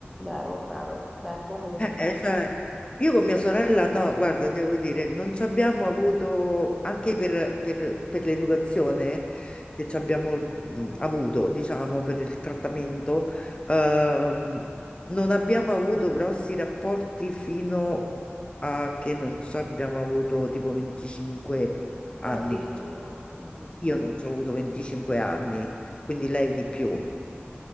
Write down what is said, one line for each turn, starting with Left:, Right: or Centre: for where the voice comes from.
Centre: Vero, vero. Beh, comunque.
Left: Eh, eh, cioè, io con mia sorella, no, guarda, devo dire, non ci abbiamo avuto, anche per, per- per l'educazione che ci abbiamo mh, avuto, diciamo, per il trattamento, ehm, non abbiamo avuto grossi rapporti fino a che non ci abbiamo avuto tipo 25 anni.
Centre: Ah, addirittura. Mm.
Left: Io non ci ho avuto 25 anni, quindi lei di più.